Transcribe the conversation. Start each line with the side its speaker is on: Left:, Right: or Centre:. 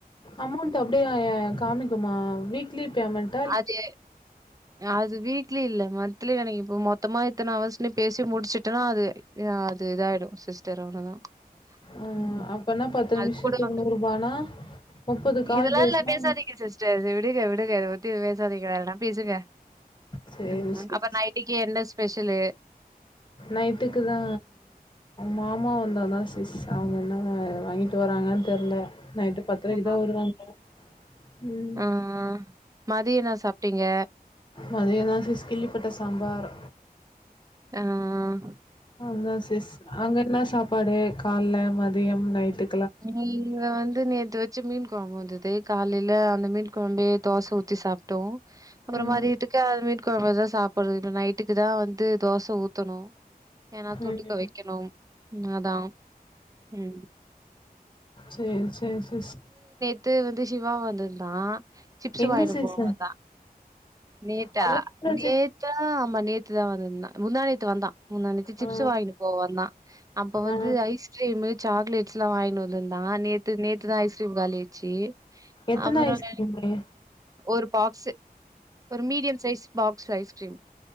Left: அமௌண்ட் அப்டியா காமிக்குமா வீக்லி பேமெண்ட்
Right: அது அது வீ லி இல்ல மன்த்லி எனக்கு இப்ப மொத்தமா இத்தனை அவர்ஸ்னு பேசி முடிச்சுட்டனா அது அது இதாயிடும் சிஸ்டர் அவ்ளோதான்
Left: ஆ
Right: ம்
Left: அப்பனா பத்து
Right: அது
Left: நிமிஷத்துக்கு
Right: கூடல்லாம் இல்ல
Left: நூறுபானா முப்பது கால்
Right: இதுலா
Left: பேசுனா
Right: இது பேசாதீங்க சிஸ்டர் விடுக விடுக இதபத் பேசாதிங்க வேறயதனா பேசுங்க
Left: சேரி
Right: ம்
Left: சேரி
Right: அப்ப நைட்டிக்கு என்ன செய் ஸ்பெஷலு
Left: நைட்டுக்கு தா மாமா வந்தாதா சிஸ் அவுங்க என்ன வாங்கிட்டு வராங்கன்னு தெர்ல நைட்டு பத்தரைக்குதா
Right: ஆ
Left: வருவாங்க போல ம்
Right: ஆ மதிய என்ன சாப்பிட்டீங்க
Left: மதியதான் சிஸ் கில்லிப்பட்ட சாம்பார்
Right: ஆஹ்
Left: அதான் சிஸ் அங்க என்ன சாப் படை கால்ல மதியம் நைட்டு
Right: இவ இவ வந்து ந்து நேத்து வச்ச மீன் குழம்பு வந்தது காலையில அந்த மீன் குழம்பையே தோசை ஊத்தி சாப்ட்டோ அப்பரோ
Left: ம்
Right: மாரி விட்டுச்சா அது விட் குழம்பதான் சாப்பிடுறது நைட்டுக்கு தான் வந்து தோசை ஊத்தணும் ஏன்னா தொட்டி
Left: ம்
Right: தொவைக்கணும் ம் அதான் ம்
Left: சேர் சேர் சே சே
Right: த்து வந்து சிவா வந்திருந்தான் சிப்ஸ்
Left: எங்க
Right: வாங்கிட்டு
Left: சிஸ்
Right: போக வந்தா நேத்தா
Left: கொல்லைல
Right: நேத்தா
Left: சிஸ்
Right: அமா நேத்து தான் வந்தா முந்தா நேத்து வந்தான் முந்தா நேத்து சிப்ஸ்
Left: ஆ
Right: வாங்கிட்டு போவ வந்தான் அப்ப வந்து
Left: ஆ
Right: ஐஸ்கிரீம்மு சாக்லேட்ஸ்ல்லாம் வாங்கிட்டு வந்து இருந்தா நேத் நேத்து தான் ஐஸ்க்கிரீம் காலி சேர்
Left: எத்தன
Right: அப்புறம்
Left: ஐஸ்கிரீமு
Right: வேல ஒரு பாக்ஸு ஒரு மீடியம் சைஸ் பாக்ஸ் ஐஸ்கிரீம்